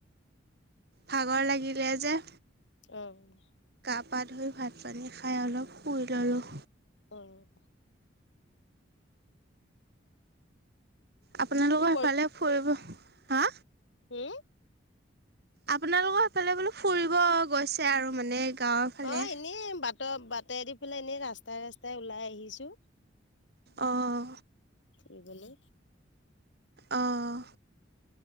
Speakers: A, on the right; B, on the left.
A: ভাগৰ লাগিলে যে
B: অঁ
A: গা পা ধুই ভাত পানী খাই অলপ শুই ল'লোঁ।
B: অ'
A: আপোনালোকৰ সেফালে
B: অ
A: ফুৰিব হা
B: কি
A: আপোনালোকৰ সেইফালে বোলো ফুৰিব গৈছে আৰু মানে গাঁৱৰ ফালে
B: অ এনেই বাটৰ বাটে দি ফালে এনেই ৰাস্তাই ৰাস্তাই ওলাই আহিছো
A: অঁ
B: ফুৰিবলে
A: অহ